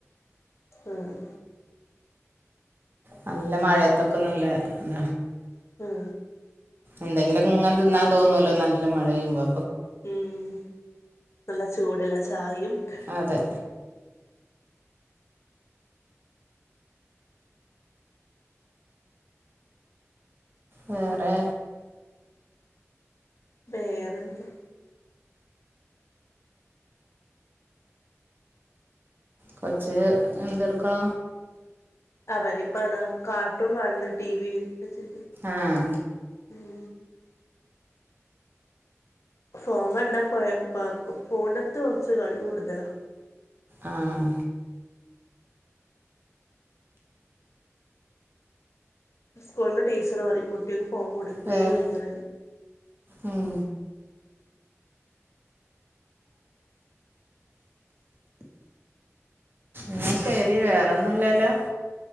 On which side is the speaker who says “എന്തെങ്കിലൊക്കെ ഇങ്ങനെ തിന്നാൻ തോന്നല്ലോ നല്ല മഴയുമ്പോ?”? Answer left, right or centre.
Right